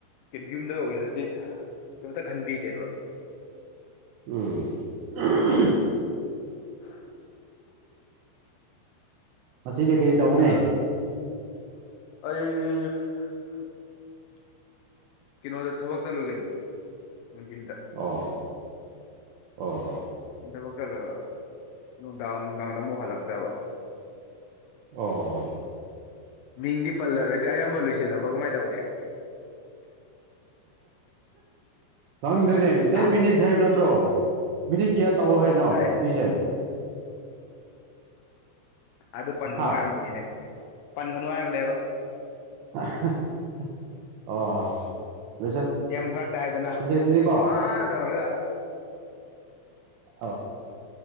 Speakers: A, on the left; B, on the right.
A: ꯇꯤꯞꯖꯨꯝꯗ ꯑꯣꯏꯔꯗꯤ ꯀꯩꯝꯇ ꯈꯟꯕꯤꯗꯦꯕ
B: ꯎꯝ
A: <inaudible>
B: ꯃꯁꯤꯗꯤ ꯀꯔꯤ ꯇꯧꯅꯤ
A: ꯑꯗꯣ ꯑꯩ <inaudible> ꯀꯩꯅꯣꯗ ꯊꯕꯛ ꯆꯠꯂꯨꯒꯦ ꯅꯨꯡꯊꯤꯟꯗ
B: ꯑꯣ ꯑꯣ ꯍꯣ
A: ꯊꯕꯛ ꯆꯠꯂꯒ ꯅꯨꯡꯗꯥꯡ ꯅꯨꯡꯗꯥꯡꯗ ꯑꯃꯨꯛ ꯍꯜꯂꯛꯀꯗꯕ
B: ꯑꯣ ꯍꯣ
A: ꯃꯤꯡꯗꯤ ꯄꯜꯂꯔꯣꯏꯁꯦ ꯑꯌꯥꯝꯕ ꯂꯣꯏꯁꯤꯜꯂꯕꯣ ꯀꯃꯥꯏꯅ ꯇꯧꯒꯦ
B: ꯈꯪꯗ꯭ꯔꯦꯅꯦ ꯇꯦꯟ
A: ꯍꯥ
B: ꯃꯅꯤꯠꯁ ꯍꯥꯏꯅ <unintelligible> ꯅ꯭ꯔꯣ ꯃꯤꯅꯤꯠ ꯀꯌꯥ ꯇꯧꯑꯣ ꯍꯥꯏꯅꯣ
A: ꯑꯦ
B: ꯁꯤꯁꯦ
A: ꯑꯗꯨ ꯄꯟꯒꯅꯨ
B: ꯍꯥ
A: ꯍꯥꯏꯕꯅꯤꯅꯦ ꯄꯟꯒꯅꯨ ꯍꯥꯏꯕꯅꯦꯕ
B: ꯑꯣ ꯍꯣ ꯂꯣꯏꯁꯟꯁꯦ
A: ꯌꯥꯝ ꯐꯔꯛꯇꯥꯏꯗꯅ
B: ꯑꯗꯨꯗꯤꯀꯣ
A: ꯋꯥꯅ ꯇꯧꯔꯒ
B: ꯑ